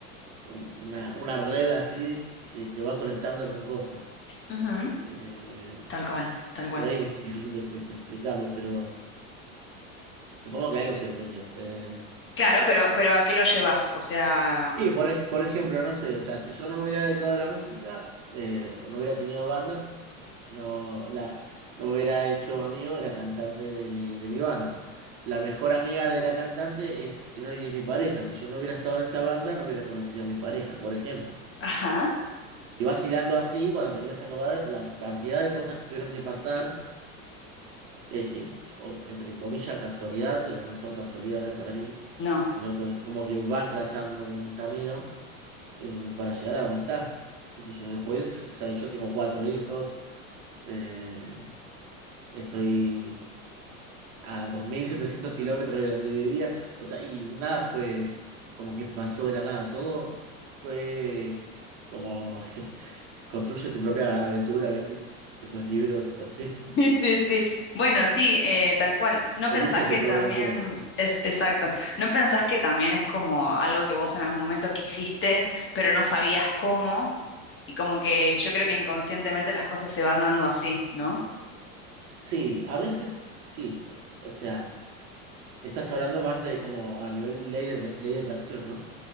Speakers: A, on the right; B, on the left.
A: un- una, una red así que te va conectando con cosas.
B: Ujú,
A: Eh,
B: Tal cual, tal cual.
A: por ahí es difícil de, de- de explicarlo, pero supongo que algo se entendió. Eh,
B: Claro, pero, pero ¿a qué lo llevas? O sea,
A: y por, ej- por ejemplo, no sé, o sea, si yo no me hubiera dedicado a la música, eh, o no hubiera tenido bandas, no, la, no me hubiera hecho amigo de la cantante de mi, de mi banda. La mejor amiga de la cantante es que no es mi pareja. Si yo no hubiera estado en esa banda, no hubiera conocido a mi pareja, por ejemplo.
B: Ajá.
A: Y vas hilando así, cuando te querés acordar, la cantidad de cosas que tuvieron que pasar, eh, que, o- entre comillas, casualidad, pero no son casualidades para mí,
B: no.
A: sino que es como que vas trazando un camino eh, para llegar a donde estás. ¿Qué sé yo? Después, o sea, yo tengo cuatro hijos, eh, estoy a 2.700 kilómetros de donde vivía, o sea, y nada fue como que pasó de la nada, todo fue como <laughs> Construye tu propia aventura, ¿viste? Esos libros así.
B: <laughs> Sí, sí, sí. Bueno, sí, eh, tal cual.
A: <laughs>
B: ¿No pensás
A: Elige
B: que
A: tu propia
B: también
A: aventura, sería.
B: es exacto? ¿No pensás que también es como algo que vos en algún momento quisiste, pero no sabías cómo? Y como que yo creo que inconscientemente las cosas se van dando así, ¿no?
A: Sí, a veces sí. O sea, estás hablando más de como a nivel ley de, ley de atracción, ¿no?